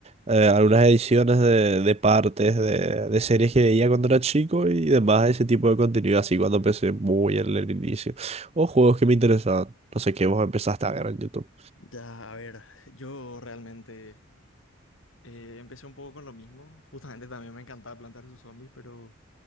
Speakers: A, on the right; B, on the left.
A: eh, algunas ediciones de, de partes de, de series que veía cuando era chico y demás, ese tipo de contenido, así cuando empecé muy en el inicio. O juegos que me interesaban. No sé qué vos empezaste a ver en YouTube.
B: Ya, a ver, yo realmente eh, empecé un poco con lo mismo. Justamente también me encantaba plantar sus zombies, pero